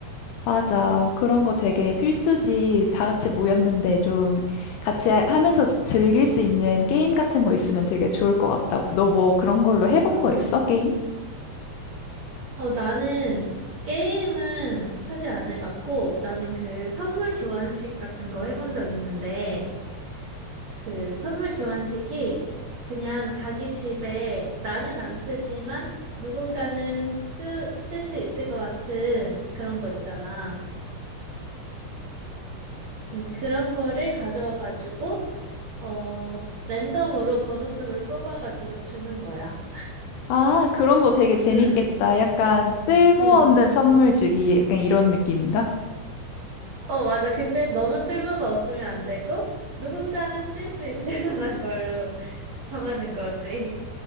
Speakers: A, on the left; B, on the right.
A: 맞아. 그런 거 되게 필수지. 다 같이 모였는데 좀 같이 하- 하면서 즐길 수 있는 게임 같은 거 있으면 되게 좋을 것 같다. 너 뭐 그런 걸로 해본 거
B: 응.
A: 있어? 게임?
B: 어, 나는 게임은 사실 안 해봤고, 나는 그 선물 교환식 같은 거 해본 적 있는데, 그 선물 교환식이 그냥 자기 집에 나는 안 쓰지만 누군가는 쓰, 쓸 수 있을 것 같은 그런 거 있잖아. 음, 그런 거를 가져와가지고, 어, 랜덤으로 번호표를 뽑아가지고 주는 거야.
A: 아, 그런 거 되게 재밌겠다.
B: 응,
A: 약간 쓸모없는
B: 응.
A: 선물 주기, 약간 이런 느낌인가?
B: 어, 맞아. 근데 너무 쓸모가 없으면 안 되고, 누군가는 쓸 수 있을 <laughs> 만한 걸로 정하는 거지.